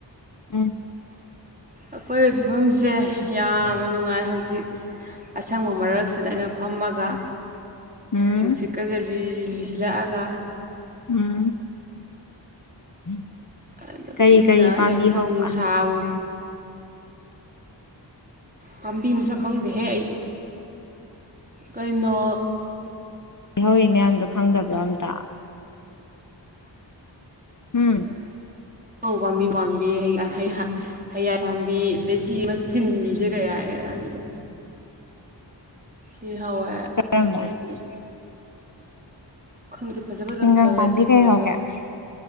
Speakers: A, on the left (about 45°); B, on the right (about 20°).
A: ꯎꯝ
B: ꯑꯀꯣꯏꯕꯩ ꯐꯤꯕꯝꯁꯦ ꯌꯥꯝꯅ ꯅꯨꯡꯉꯥꯏ ꯍꯧꯖꯤꯛ ꯑꯁꯪꯕ ꯃꯔꯛꯁꯤꯗ ꯑꯩꯅ ꯐꯝꯃꯒ ꯒꯥ
A: ꯎꯝ
B: ꯅꯨꯡꯁꯤꯠꯀꯁꯦ ꯂꯤꯔꯤ ꯂꯤꯔꯤ <unintelligible>
A: ꯎꯝ <inaudible>
B: ꯑꯗꯨꯒ
A: ꯀꯔꯤ
B: ꯏꯪꯅ
A: ꯀꯔꯤ ꯄꯥꯝꯕꯤ
B: ꯂꯥꯏꯔꯤꯛ ꯗꯨꯕꯨ
A: ꯍꯧꯕ
B: ꯅꯨꯡꯁꯥꯋ ꯄꯥꯝꯕꯤ ꯃꯁꯛ ꯈꯪꯗꯦꯍꯦ ꯑꯩ ꯀꯩꯅꯣ
A: ꯍꯧꯔꯤ ꯃꯌꯥꯝꯗꯣ ꯈꯪꯗꯕ꯭ꯔꯥ ꯃꯤ ꯇ ꯎꯝ
B: ꯎꯧ ꯄꯥꯝꯕꯤ ꯄꯥꯝꯕꯤ ꯍꯩ ꯑ ꯍꯩ ꯑ ꯍꯩꯌꯥꯏ ꯄꯥꯝꯕꯤ ꯗꯩꯁꯤꯒꯤ ꯑꯃ ꯊꯤꯟꯕꯤꯁꯦ ꯀꯩ ꯍꯥꯏꯔ ꯈꯪꯗꯦ ꯁꯤ ꯍꯧꯋꯦ
A: ꯀꯔꯝꯕ
B: ꯑꯇꯩꯗꯤ ꯈꯪꯗꯦ ꯐꯖ ꯐꯖꯕꯁꯨ
A: ꯆꯤꯡꯒꯪ
B: ꯌꯥꯎꯋꯦ
A: ꯄꯥꯝꯕꯤ
B: ꯑꯊꯤꯊꯤꯕꯁꯨ
A: ꯀꯩ ꯍꯧꯒꯦ
B: ꯌꯥꯎꯋꯦ